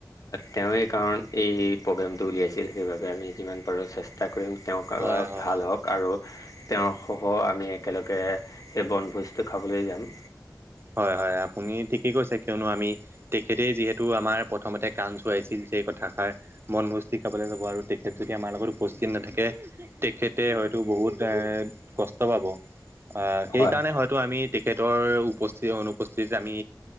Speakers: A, on the left; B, on the right.
A: তেওঁৱে কাৰণ এই প্ৰগ্ৰেমটো উলিয়াইছিল সেইবাবে আমি যিমান পাৰোঁ চেষ্টা কৰিম তেওঁক
B: হয় হয়
A: ভাল
B: হয়
A: হওক আৰু তেওঁৰসহ আমি একেলগে সেই বনভোজটো খাবলৈ যাম।
B: হয় হয় আপুনি ঠিকেই কৈছে কিয়নো আমি তেখেতে যিহেতু আমাৰ প্ৰথমতে কাণ চুৱাইছিল যে এই কথাষাৰ বনভোজতি খাবলৈ যাব আৰু তেখেত যদি আমাৰ লগত উপস্থিত নাথাকে তেখেতে হয়তো বহুত এ কষ্ট পাব আহ সেইকাৰণে
A: হয়।
B: হয়তো আমি তেখেতৰ উপ অনুপস্থিত আমি